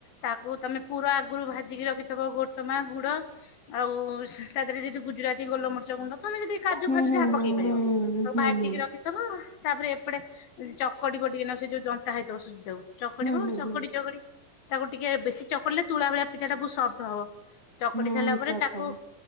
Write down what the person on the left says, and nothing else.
ତାକୁ ତମେ ପୁରା ଆଗରୁ ଭାଜିକି ରଖିଥବ ଗୋଟ ମା ଗୁଡ ଆଉ ତା ସି ଦେହରେ ଯଦି ଗୁଜୁରାତି ଗୋଲମର୍ଚା ଗୁଣ୍ଡ ତମେ ଯଦି କାଜୁ
ଫାଜୁ
ଯାହା
ପକେଇ
ପାରିବ ଆଉ
ଭାଜିକି
ରଖ ପିତବା ତାପରେ ଏପଟେ ଚକଟି ବ ଟିକେ ନ ସେ ଯୋଉ ତା ହେତ ଅସୁଝି ଦବ ଚକଡିିବ
ଚକଡି ଚକଡି ତାକୁ ଟିକେ ବେଶୀ ଚକୁଡିଲେ ତୁଳା ଭଳିଆ ପିଠାଟା ବହୁ ସଫ୍ଟ ହବ। ଚକଡି
ସାରିଲା ପରେ
ତାକୁ